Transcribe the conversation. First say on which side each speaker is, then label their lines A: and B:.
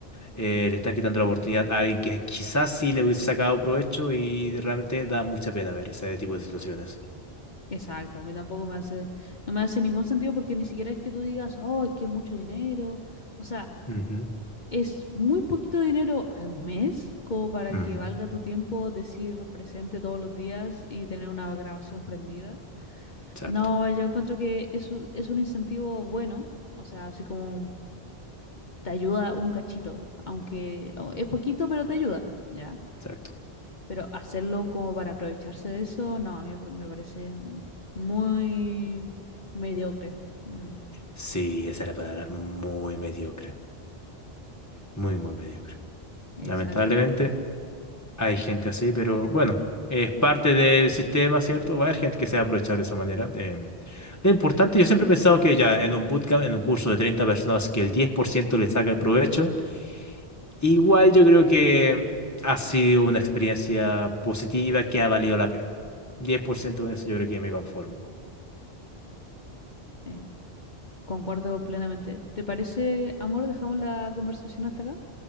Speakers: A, on the left (about 15°); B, on the left (about 45°).
A: Eh, le están quitando la oportunidad a alguien que quizás sí le hubiese sacado provecho y realmente da mucha pena ver ese tipo de situaciones.
B: Exacto, a mí tampoco me hace, no me hace ningún sentido porque ni siquiera es que tú digas, oh, es que es mucho dinero. O sea,
A: Ujú.
B: es muy poquito dinero al mes como para
A: Ujú,
B: que valga tu tiempo decir presente todos los días y tener una grabación prendida.
A: Exacto,
B: No, yo encuentro que es, un- es un incentivo bueno, o sea, así como te ayuda un cachito, aunque o- es poquito, pero te ayuda, ¿ya?
A: exacto.
B: Pero hacerlo como para aprovecharse de eso, no, a mí me parece mm, muy mediocre. Mm,
A: Sí, esa es la palabra, muy mediocre, muy, muy mediocre.
B: exacto.
A: Lamentablemente hay gente así, pero bueno, es parte del sistema, ¿cierto? Va a haber gente que se va a aprovechar de esa manera. em. lo importante, yo siempre he pensado que ya en un bootcamp, en un curso de 30 personas, que el 10% le saca el provecho, igual yo creo que ha sido una experiencia positiva que ha valido la pena. diez por ciento de eso yo creo que me conformo.
B: Eh, concuerdo plenamente. ¿Te parece, amor? Dejamos la conversación hasta acá.